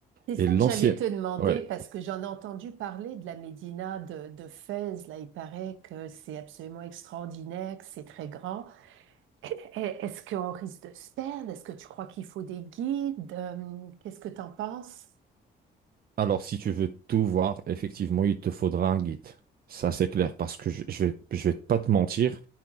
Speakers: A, on the right; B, on the right.
A: C'est ça
B: Et l'ancienne,
A: que j'allais te demander
B: ouais.
A: parce que j'en ai entendu parler de la Médina de, de Fès. Là, il paraît que c'est absolument extraordinaire, que c'est très grand. Eh, Est-ce qu'on risque de se perdre? Est-ce que tu crois qu'il faut des guides? Euh, qu'est-ce que t'en penses?
B: Alors, si tu veux tout voir, effectivement, il te faudra un guide. Ça, c'est clair, parce que je, je vais, je vais pas te mentir.